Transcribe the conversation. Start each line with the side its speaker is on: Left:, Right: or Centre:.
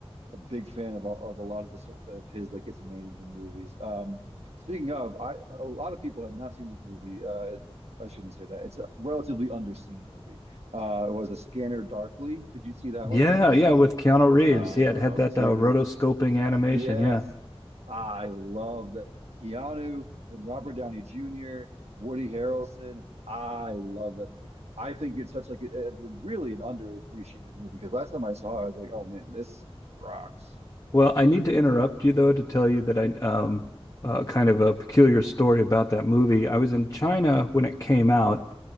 Right: a big fan of all- of a lot of the stuff of his that gets made into movies. Um, speaking of, I a lot of people have not seen this movie. Uh, I shouldn't say that. It's a relatively underseen movie. Uh, it was a Scanner Darkly. Did you see that
Left: Yeah,
Right: one?
Left: yeah, with Keanu Reeves.
Right: Oh,
Left: he had had that
Right: dude.
Left: uh, rotoscoping animation.
Right: Yes,
Left: Yeah.
Right: I love that. Keanu and Robert Downey Jr., Woody Harrelson. I love that movie. I think it's such like a, a- really an underappreciated movie because last time I saw it, I was like, oh man, this rocks.
Left: Well, I need to interrupt you though to tell you that I um uh, kind of a peculiar story about that movie. I was in China when it came out,